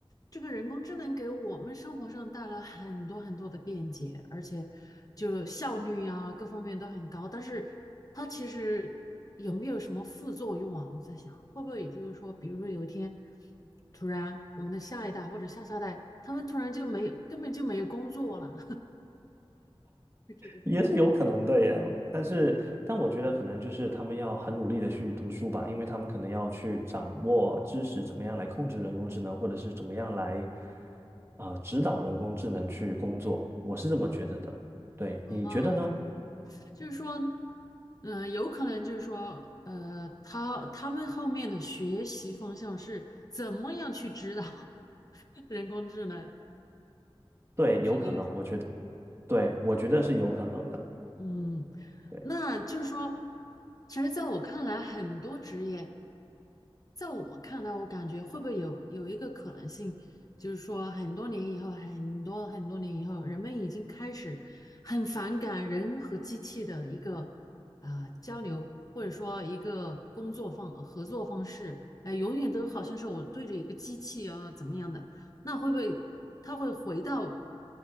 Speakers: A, on the left (about 35°); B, on the right (about 25°).
A: 这个人工智能给我们生活上带来很多很多的便捷，而且就效率呀，各方面都很高。但是它其实有没有什么副作用啊？我在想，会不会也就是说，比如说有一天，突然我们的下一代或者下下代，他们突然就没有，根本就没有工作了，<laughs> 这种
B: 也是有可能的耶，但是，但我觉得可能就是他们要很努力的去读书吧，因为他们可能要去掌握知识，怎么样来控制人工智能，或者是怎么样来，呃，指导人工智能去工作，我是这么觉得的。对，你觉得呢？
A: 啊。就是说，嗯、有可能就是说，呃，他他们后面的学习方向是怎么样去指导 <laughs> 人工智能？
B: 对，
A: 世界？
B: 有可能，我觉得，对，我觉得是有可能的。
A: 嗯，
B: 对。
A: 那就是说，其实在我看来，很多职业，在我看来，我感觉会不会有有一个可能性，就是说，很多年以后，很多很多年以后，人们已经开始很反感人和机器的一个啊、呃交流，或者说一个工作方合作方式，哎、永远都好像是我对着一个机器啊怎么样的。那会不会他会回到